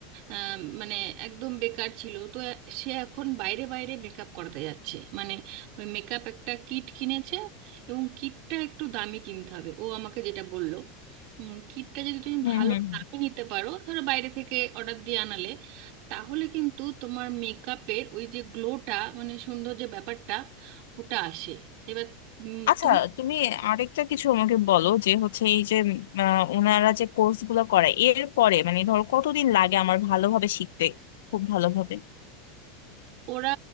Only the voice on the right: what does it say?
আম, মানে একদম বেকার ছিল তো এ- সে এখন বাইরে বাইরে মেকআপ করাতে যাচ্ছে মানে ওই মেকআপ একটা কিট কিনেছে এবং কিটটা একটু দামি কিনতে হবে ও আমাকে যেটা বললো কিটটা যদি তুমি
ভালো
দামে নিতে পারো ধরো বাইরে থেকে অর্ডার দিয়ে আনালে তাহলে কিন্তু তোমার মেকআপের ওই যে গ্লোটা মানে সুন্দর যে ব্যাপারটা ওটা আসে এবার উম,
তুমি
ওরা